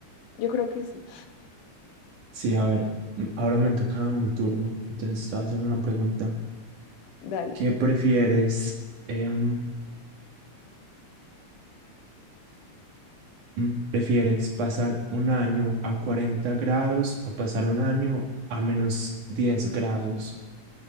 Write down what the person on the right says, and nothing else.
Sí, a ver, m- ahora me toca mi turno, entonces te voy a hacer una pregunta.
¿Qué prefieres? em, Mm, ¿Prefieres pasar un año a 40 grados o pasar un año a menos 10 grados?